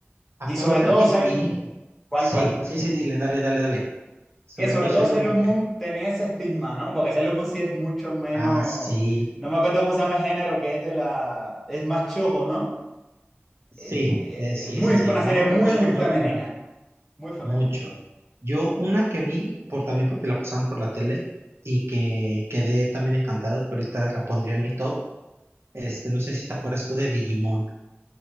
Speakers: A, on the right; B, in the centre.
A: Acá
B: Y sobre
A: otra
B: todo,
A: que
B: Sailor,
A: yo vi.
B: ¿cuál,
A: Sí,
B: cuál?
A: sí, sí, dile, dale, dale, dale. Sobre
B: Que sobre
A: todo
B: todo
A: Sailor
B: Sailor
A: Moon.
B: Moon
A: ¿qué?
B: tenía ese estigma, ¿no? Porque Sailor Moon sí es mucho menos,
A: Ah, sí.
B: no me acuerdo cómo se llama el género, que es de la, es más chojo, ¿no?
A: Sí,
B: Es, es,
A: eh,
B: es
A: sí,
B: muy,
A: sí,
B: fue
A: sí.
B: una serie
A: No me acuerdo
B: muy
A: yo tampoco
B: femenina.
A: el género.
B: Muy femenina.
A: Mucho. Yo una que vi, por, también porque la pasaban por la tele y que quedé también encantado, que ahorita la pondría en mi top, Este, no sé si te acuerdas tú de Digimon.